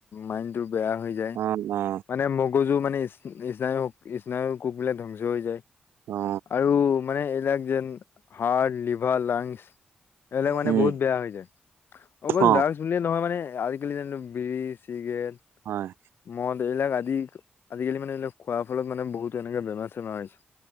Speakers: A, on the left; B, on the right.
A: মাইণ্ডটো বেয়া হৈ যায়।
B: অ অ
A: মানে, ম মগজু মানে, স্নায়ু-স্নায়ু কোষবিলাক ধ্বংস হৈ যায়।
B: অ
A: আৰু মানে, এইবিলাক যেন, হাৰ্ট- লিভাৰ, লাঞ্চ এইবিলাক মানে,
B: উম
A: বহুত বেয়া হৈ যায়! অকল
B: অ
A: লাঞ্চ বোলে নহয় মানে, আজিকালি যেনে- বিড়ি, চিগাৰেট।
B: হয়!
A: মদ, এইবিলাক আজি, আজিকালি মানে, এইবিলাক খোৱাৰ ফলত মানে, বহুতো এনেকে বেমাৰ-চেমাৰ হৈছে।